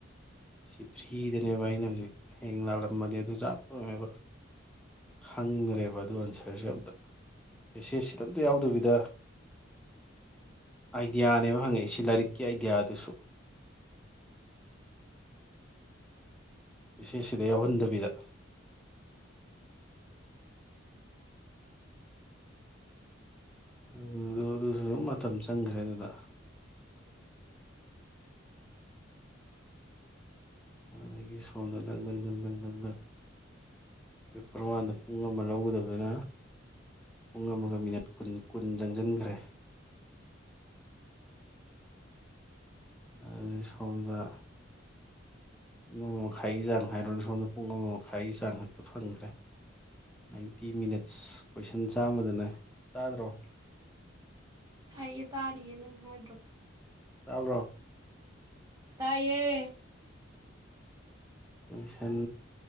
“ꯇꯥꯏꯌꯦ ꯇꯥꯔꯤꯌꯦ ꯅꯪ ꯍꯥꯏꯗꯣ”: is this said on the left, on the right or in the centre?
Right